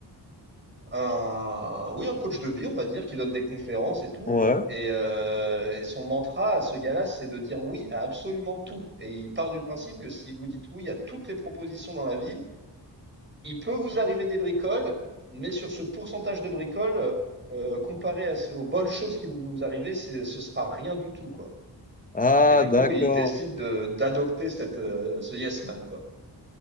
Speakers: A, on the right; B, on the left.
A: un, oui, un coach de vie, on va dire, qui donne des conférences et tout.
B: ouais.
A: Et, euh, et son mantra à ce gars-là, c'est de dire oui à absolument tout. Et il part du principe que si vous dites oui à toutes les propositions dans la vie, il peut vous arriver des bricoles, mais sur ce pourcentage de bricoles, euh, comparé à, ce- aux bonnes choses qui vous, vous arrivent c'est- ce sera rien du tout, quoi.
B: Ah,
A: Et du
B: d'accord.
A: coup, il décide de- d'adopter cette euh, ce yes man quoi.